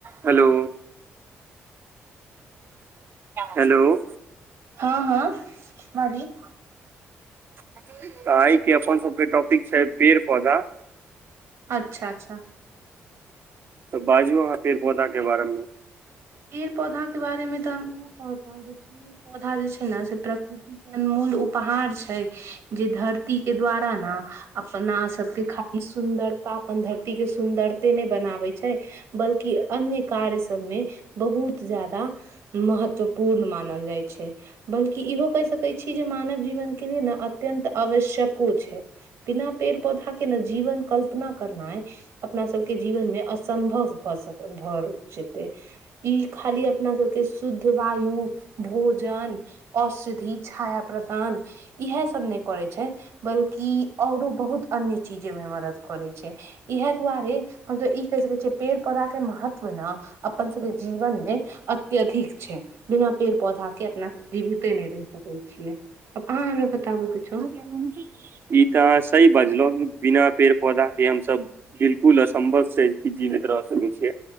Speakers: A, on the right; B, on the right.
A: हलो हेलो
B: हँ हँ माँ जी
A: तऽ आय के अप्पन सबके टॉपिक छै पेड़ पौधा
B: अच्छा अच्छा
A: तऽ बाजू अहाँ पेड़ पौधा के बारे मे
B: पेड़-पौधा के बारे में तऽ हम इहो कहऽ चाहब जे पेड़ पौधा जे छै ने से प्रकृतिकके अनमोल उपहार छै जे धरती के द्वारा नऽ अपना सभके खाली सुन्दरता अपन धरतीके सुन्दरते नै बनाबै छै बल्कि अन्य कार्य सबमे बहुत जादा महत्वपूर्ण मानल जाइ छै बल्कि इहो कैह सकै छी जे मानव जीवन के लिए नऽ अत्यन्त आवश्यकको छै बिना पेड़ पौधा के ने जीवन कल्पना करनाय अपना सबके जीवन मे असम्भव भऽ सकऽ भऽ जेतै ई खाली अपना सबके शुद्ध वायु भोजन औषधि छाया प्रदानऽ इहे सब नै करै छै बल्कि औरो बहुत अन्य चीजे में मदद करे छै इहे दुआरे हमसब ई कैह सकै छियै पेड़ पौधा के महत्व न अपन जीवन मे अत्यधिक छै बिना पेड़ पौधा के अपना जीविते नै रैह सकैत छियै आब अहाँ हमरा बताबू किछो
A: पी <inaudible> ई तऽ अहाँ सही बजलौं बिना पेड़ पौधा के हमसब बिल्कुल असंभव छै कि जीवीत रह सकै छियै